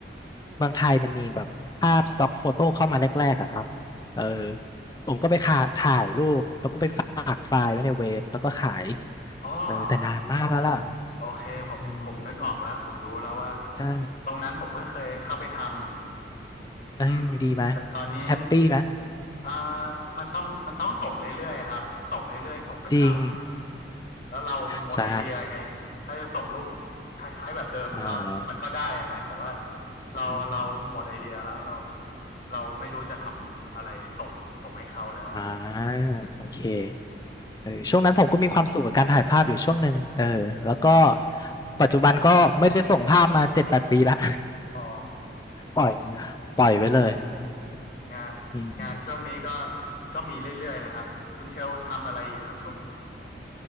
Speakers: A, on the left; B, on the left.
A: เมืองไทยมันมีแบบภาพสต็อกโฟโต้เข้ามาแรกๆอะครับเออผมก็ไปขาถ่ายรูปแล้วก็ไปฝากไฟล์ไว้ในเว็บแล้วก็ขาย
B: อ๋อ
A: เออแต่นานมากแล้วล่ะ
B: โอเคผมผมนึกออกแล้วผมรู้แล้วว่า
A: อืมใช่
B: ตรงนั้นผมก็เคยเข้าไปทำ
A: เอ้ยดีไหม
B: อืมแต่ตอนนี้
A: แฮปปี้ไหม
B: อ่ามันต้องมันต้องส่งเรื่อยๆครับส่งเรื่อยๆส่งประจ
A: จริง
B: ำแล้วเราหมดไอเดียไงถ้าจะส่งรูป
A: ใช่
B: คล้ายๆแบบเดิมมันก็มันก็ได้อะนะแต่ว่า
A: อ่า
B: เราเราหมดไอเดียแล้วเรา
A: อืม
B: เราไม่รู้จะทำอะไรส่งส่งให้เขาแล้วอย่างเงี้ยอืม
A: อ่าโอเค เออช่วงนั้นผมก็มีความสุขกับการถ่ายภาพอยู่ช่วงหนึ่งเออแล้วก็ปัจจุบันก็ไม่ได้ส่งภาพมาเจ็ดแปดปีละ
B: อ๋อ
A: <laughs> ปล่อยปล่อยไว้เลย
B: งานงานช่วงนี้ก็
A: อืม
B: ก็มีเรื่อยๆนะครับคุณเชลทำอะไรอยู่ครับช่วงนี้